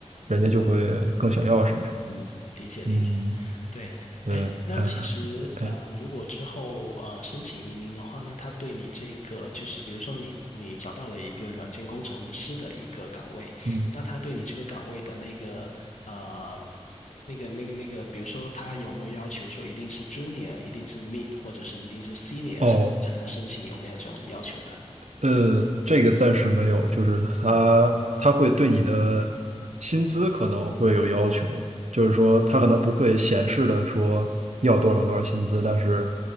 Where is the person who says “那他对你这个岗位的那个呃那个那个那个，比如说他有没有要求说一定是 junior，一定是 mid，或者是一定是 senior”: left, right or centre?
Left